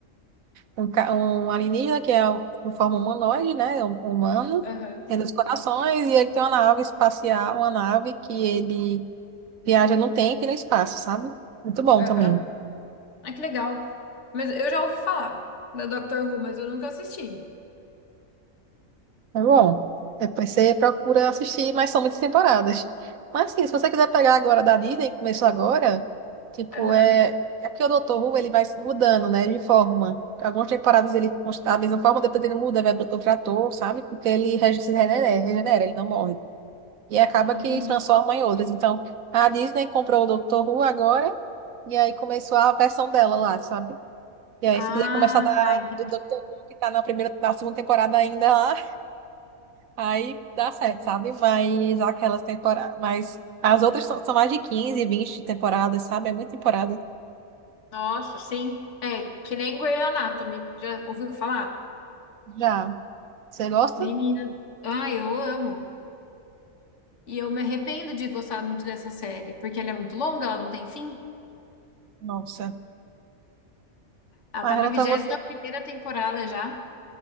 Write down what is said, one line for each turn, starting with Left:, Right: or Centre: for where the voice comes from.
Right: um, ca- um alienígena que é um- com forma humanoide, né? É Um, um humano,
Left: Aham.
Right: tem dois corações, e ele tem uma nave espacial, uma nave que ele viaja no tempo e no espaço, sabe? Muito bom
Left: Aham.
Right: também.
Left: Ah, que legal. Mas eu já ouvi falar da Doctor Who, mas eu nunca assisti.
Right: É bom. Depois você procura assistir, mas são muitas temporadas. Mas assim, se você quiser pegar agora da Disney, que começou agora, tipo,
Left: Aham.
Right: é. É porque o Dr. Who ele vai se mudando, né, de forma. Algumas temporadas ele está da mesma forma, depois ele muda, vai para outro ator, sabe? Porque ele rege- se regenera,
Left: Aham.
Right: regenera, ele não morre. E acaba
Left: Entendi.
Right: que transforma em outras. Então, a Disney comprou o Dr. Who agora, e aí começou a versão dela lá, sabe? E aí,
Left: Ah,
Right: se quiser começar da,
Left: tá, entendi.
Right: do Dr. Who, que tá na primeira, na segunda temporada ainda lá, Aí dá certo, sabe? Mas aquelas temporadas. Mas as outras são, são mais de 15 20 temporadas, sabe? É muita temporada.
Left: Nossa, sim. É, que nem Grey Anatomy. Já ouviu falar?
Right: Já. Você gosta?
Left: Menina, ah, eu amo. E eu me arrependo de gostar muito dessa série, porque ela é muito longa, ela não tem fim.
Right: Nossa.
Left: Ela
Right: Margaranta
Left: tá na vigésima
Right: você que.
Left: primeira temporada já.